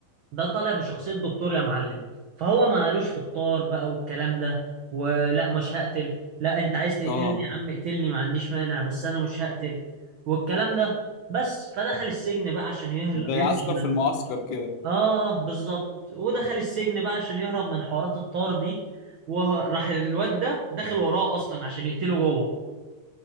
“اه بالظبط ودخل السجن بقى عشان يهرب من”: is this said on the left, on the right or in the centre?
Right